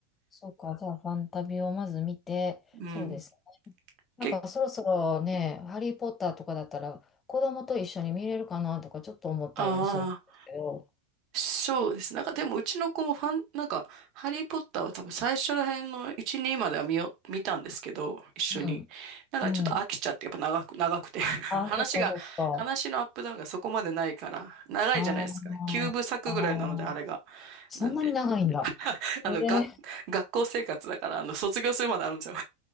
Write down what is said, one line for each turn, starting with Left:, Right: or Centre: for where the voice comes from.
Left: そうか。じゃあ、ファンタビをまず見て、
Right: うん。
Left: そうです。なんか、
Right: け、
Left: そろそろね、ハリー・ポッターとかだったら、子供と一緒に見れるかなとか、ちょっと思ったりもするんですけど。
Right: ああ、そうですね。なんかでもうちの子もファン、なんか、ハリー・ポッターは多分最初ら辺の1、2までは見よ、見たんですけど、一緒に。
Left: うん。
Right: なんかちょっと飽きちゃって、
Left: うん。
Right: やっぱ長く、長くて。<laughs> 話が、
Left: あ、そっかそっか。
Right: 話のアップダウンがそこまでないから、長いじゃないですか。
Left: ああ、
Right: 9部作ぐらいなので、
Left: あ
Right: あれが。
Left: あ、そんなに長いんだ。
Right: なんで、<laughs> あの、
Left: ええ
Right: が、学校生活だから、あの、卒業するまであるんですよ。